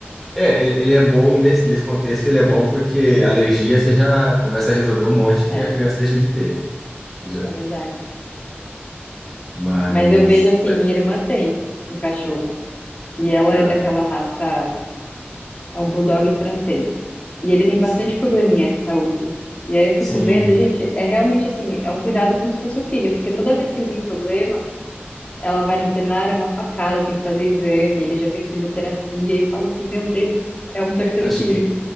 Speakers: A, in the centre; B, on the left.
A: É, ele, ele é bom nesse, nesse contexto, ele é bom porque alergia você já começa a resolver um monte que
B: É,
A: a criança deixa de ter. Já.
B: é verdade.
A: Mas,
B: Mas eu vejo assim,
A: mas
B: minha irmã tem um cachorro, e ela
A: ah,
B: é daquela raça. É um bulldog francês. E ele tem
A: sim,
B: bastante probleminha de saúde. E aí eu fico
A: sim.
B: vendo, gente, é realmente assim, é um cuidado como se fosse um filho, porque toda vez que ele tem problema, ela vai no veterinário, é uma facada, tem que fazer exame, ele já fez fisioterapia, e eu falo assim, meu Deus, é um terceiro
A: Acho
B: filho.
A: que